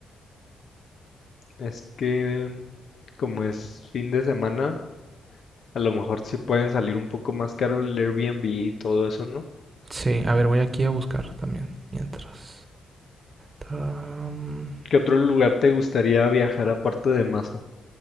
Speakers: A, on the left (about 60°); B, on the right (about 35°).
A: Es que mm, como es fin de semana, a lo mejor se pueden salir un poco más caro el Airbnb y todo eso, ¿no?
B: Sí, a ver, voy aquí a buscar también. Mientras. Taram.
A: ¿Qué otro lugar te gustaría viajar aparte de más?